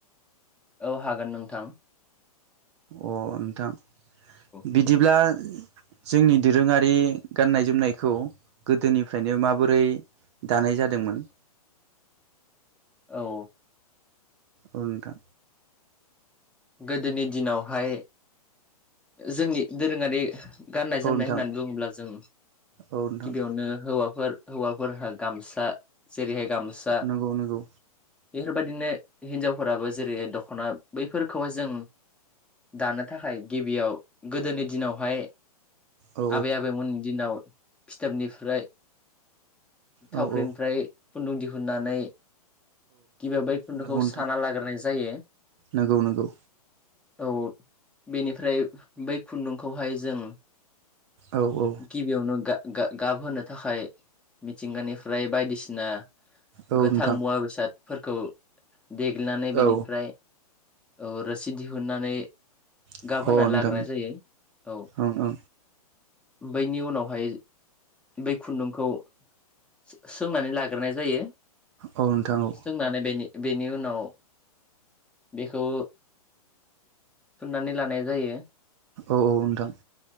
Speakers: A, in the centre; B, on the right.
A: औ हागोन नोंथां।
B: अ नोंथां
A: औ
B: बिदिब्ला जोंनि दोरोङारि गाननाय जोमनायखौ गोदोनिफ्रायनो माबोरै दानाय जादोंमोन
A: औ
B: औ नोंथां
A: गोदोनि दिनावहाय जोंनि दोरोङारि गाननाय
B: औ
A: जोमनाय
B: नोंथां
A: होननानै बुङोब्ला जों
B: औ नोंथां
A: गिबियावनो हौवा फोर हौवाफोरहा गामसा जेरैहाय गामसा
B: नंगौ नंगौ।
A: बेफोरबायदिनो हिनजावफोराबो जेरै दखना बै फोरखौहाय जों दानो थाखाय गिबियाव गोदोनि दिनावहाय
B: औ
A: आबै आबैमोननि दिनाव फिथोबनिफ्राय
B: औ
A: थावख्रिनिफ्राय
B: औ
A: खुन्दुं दिहुननानै गिबियाव बै खुन्दुखौ
B: नंगौ नोंथां
A: साना लाग्रोनाय जायो।
B: नंगौ नंगौ।
A: औ बेनिफ्राय बै खुन्दुंखौहाय जों
B: औ औ
A: गिबियावनो गा-गा-गाबहोनो थाखाय मिथिंगानिफ्राय बायदिसिना
B: औ
A: गोथां
B: नोंथां
A: मुवा बेसादफोरखौ देग्लिनानै बेनिफ्राय
B: औ
A: औ रोसि दिहुनानै
B: अ
A: गाब होनानै
B: नोंथां
A: लाग्रोनाय जायो औ
B: ओं ओं
A: बैनि उनावहाय बै खुन्दुंखौ सो-सोंनानै लाग्रोनाय जायो
B: औ नोंथां औ
A: सोंनानै बेनि बेनि उनाव बेखौ थुननानै लानाय जायो।
B: औ औ नोंथां।